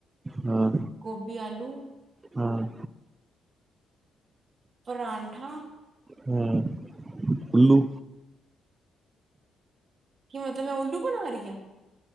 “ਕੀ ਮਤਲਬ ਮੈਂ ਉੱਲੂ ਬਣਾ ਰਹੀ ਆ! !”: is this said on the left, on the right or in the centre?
Right